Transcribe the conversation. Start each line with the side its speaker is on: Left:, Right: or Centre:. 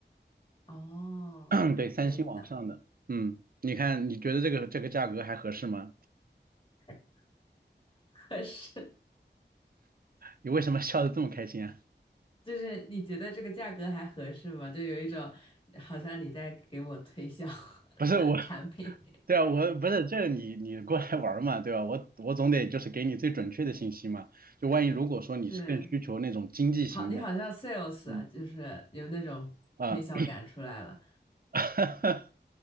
Left: 哦，
Right: <coughs> <clears throat> 对，三星往上的，
Left: 可以的。
Right: 嗯，你看你觉得这个这个价格还合适吗？
Left: <laughs> 合适，
Right: 你为什么笑得这么开心啊？
Left: 就是你觉得这个价格还合适吗？就有一种好像你在给我推销
Right: 不是我，
Left: <laughs> 产品，
Right: 对啊，我不是这你你过来玩儿嘛，对吧？我我总得就是给你最准确的信息嘛。就万一如果说你是更需求那种经济型的，
Left: 是，好，你好像 sales
Right: 嗯
Left: 啊，就是有那种推销感出来了。
Right: 啊。<laughs>